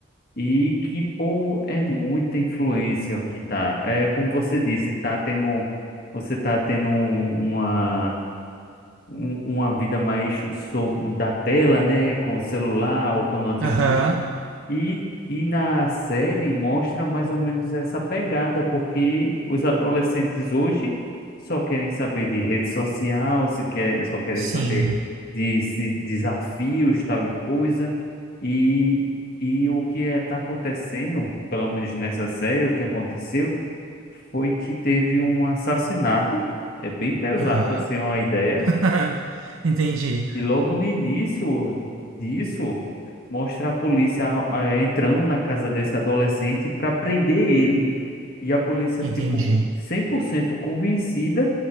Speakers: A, on the left; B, on the right.
A: e que, pô, é muita influência que tá. É como você disse, tá tendo, você tá tendo um- uma, um- uma vida mais so, da tela, né? Com celular ou com notebook.
B: Aham.
A: E, e na série mostra mais ou menos essa pegada, porque os adolescentes hoje só querem saber de rede social, se quer, só querem
B: Sim.
A: saber de, se- desafios, tal e coisa. E, e o que está acontecendo, pelo menos nessa série, o que aconteceu foi que teve um assassinato. É bem pesado
B: Aham.
A: assim uma ideia.
B: <laughs> Entendi,
A: E logo no início disso, mostra a polícia eh, entrando na casa desse adolescente para prender ele. E a polícia,
B: entendi.
A: tipo, 100% convencida